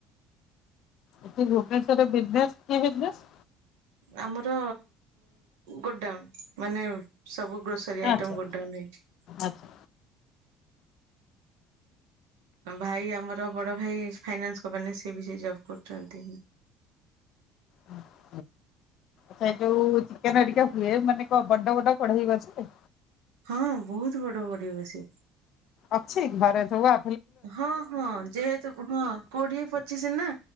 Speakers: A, on the left; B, on the right.
A: ଏ ଭୁବନେଶ୍ୱରରେ ବିଜନେସ କି ବିଜନେସ?
B: ଆମର ଗୋଡାଉନ ମାନେ ସବୁ ଗ୍ରୋସରୀ ଆଇଟମ
A: ଆଚ୍ଛା
B: ଗୋଡଡାଉନ ହେଇଛି।
A: ଆଚ୍ଛା। ଆଚ୍ଛା
B: ଭାଇ ଆମର ବଡ ଭାଇ ଫାଇନାନ୍ସ କମ୍ପାନୀରେ ସେ ବି ସେଇ ଜବ୍ କରୁଛନ୍ତି।
A: ହଁ। ସେ ଯୋଉ ଚିକେନ ଘରିକା ହୁଏ, ମାନେ କଣ ବଡ ବଡ କଢେଇ ବସେ?
B: ହଁ ବହୁତ ବଡ କଢ଼େଇ ବସେ।
A: ଅଛି ଘରେ ସବୁ ଆ
B: ହଁ ହଁ ଯେହେତୁ ହଁ। କୋଡିଏ ପଚିଶ ନା